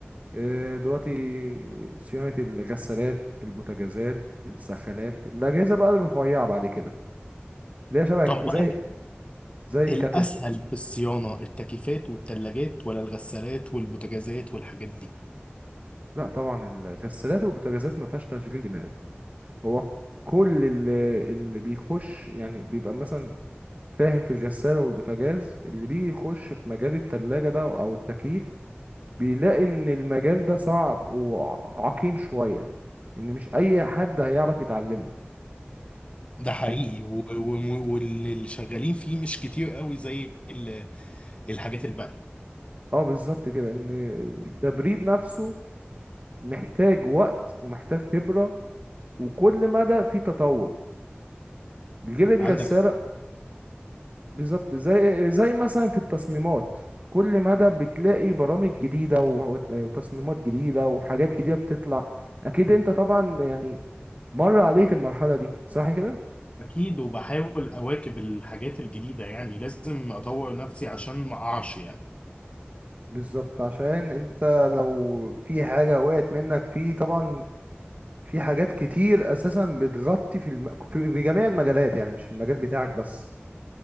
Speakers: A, on the right (about 40°); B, on the left (about 30°).
A: آه، دلوقتي صيانة الغسالات البوتاجازات السخانات الأجهزة بقى الرفيعة بعد كده اللي هي شبه
B: طب
A: زي
B: بقى
A: زي الكاتل
B: الأسهل في الصيانة التكييفات والتلاجات ولا الغسالات والبوتاجازات والحاجات دي
A: لا طبعا الغسالات والبوتاجازات ما فيهاش تشغيل دماغ هو كل اللي, اللي بيخش يعني بيبقى مثلا فاهم في الغسالة والبوتاجاز اللي بيجي يخش في مجال التلاجة ده أو التكييف بيلاقي ان المجال ده صعب وعقيم شوية ان مش اي حد هيعرف يتعلمه
B: ده حقيقي
A: يعني
B: و- و- واللي شغالين فيه مش كتير قوي زي ال- الحاجات الباقية
A: اه بالظبط كده ان التبريد نفسه محتاج وقت ومحتاج خبرة وكل مدى في تطور الجيل الجسار
B: عندك حق.
A: بالظبط زي زي مثلا في التصميمات كل مدى بتلاقي برامج جديدة و- وتصميمات جديدة وحاجات جديدة بتطلع اكيد انت طبعا يعني مر عليك المرحلة دي صح كده
B: أكيد وبحاول أواكب الحاجات الجديدة يعني لازم أطور نفسي عشان ما أقعش يعني
A: بالظبط عشان انت لو في حاجة وقعت منك في طبعا في حاجات كتير اساسا بتغطي في, الم... في في جميع المجالات يعني مش المجال بتاعك بس